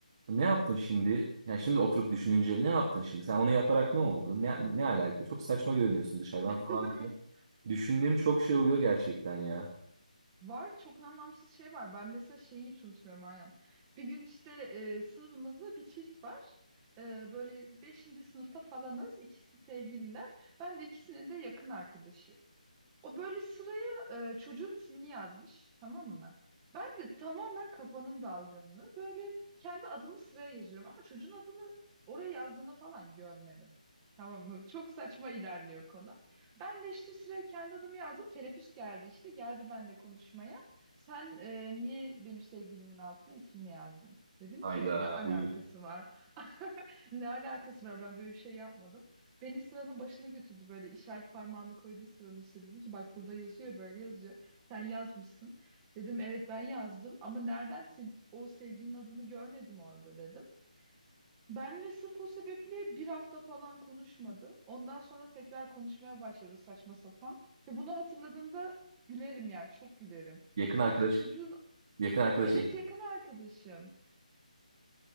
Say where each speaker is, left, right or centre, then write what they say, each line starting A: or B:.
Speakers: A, on the right; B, on the right.
A: ne yaptın şimdi? Yani şimdi oturup düşününce ne yaptın şimdi? Sen onu yaparak ne oldu? Ne, ne alaka? Çok saçma görünüyorsun dışarıdan
B: <laughs>
A: falan diye. Düşündüğüm çok şey oluyor gerçekten ya.
B: Var çok anlamsız şey var. Ben mesela şeyi hiç unutmuyorum Ayhan. Bir gün işte e, sınıfımızda bir çift var. E, böyle beşinci sınıfta falanız. İkisi sevgililer. Ben de ikisinin de yakın arkadaşım. O böyle sıraya e, çocuğun ismini yazmış, tamam mı? Ben de tamamen kafanın dalgınlığı. Böyle kendi adımı sıraya yazıyorum ama çocuğun adını oraya yazdığını falan görmedim. Tamam mı? Çok saçma ilerliyor konu. Ben de işte sıraya kendi adımı yazdım. Teneffüs geldi işte. Geldi benimle konuşmaya. Sen e, niye benim sevgilimin altına ismini yazdın? Dedim
A: Hayda
B: ki ne alakası
A: buyur.
B: var? <laughs> Ne alakası var? Ben böyle bir şey yapmadım. Beni sıranın başına götürdü böyle işaret parmağını koydu sıranın üstüne. Dedi ki bak burada yazıyor böyle yazıyor. Sen yazmışsın. Dedim evet ben yazdım ama nereden se- o sevginin adını görmedim orada dedim. Benle sırf o sebeple bir hafta falan konuşmadı. Ondan sonra tekrar konuşmaya başladı saçma sapan. Ve bunu hatırladığımda gülerim yani çok gülerim.
A: Yakın
B: Orada
A: arkadaş
B: çocuğun
A: yakın arkadaş
B: evet yakın arkadaşım.